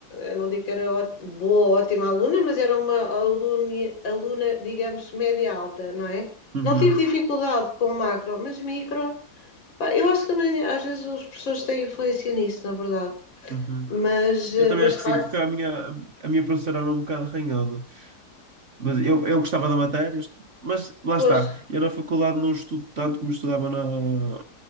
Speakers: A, on the left (about 85°); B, on the right (about 45°).
A: eu não digo que era ó- boa, ótima aluna, mas era uma aluna, aluna, digamos, média alta, não é?
B: Uhum,
A: Não tive dificuldade com o macro, mas micro, pá, eu acho que também, às vezes os professores têm influência nisso, na verdade,
B: uhum.
A: mas, eh,
B: Eu também
A: mas
B: acho
A: de
B: que
A: facto,
B: sim, porque a minha, a minha professora era um bocado arranhada. Mas eu, eu gostava da matéria, est- mas lá
A: pois,
B: está. Eu na faculdade não estudo tanto como estudava na,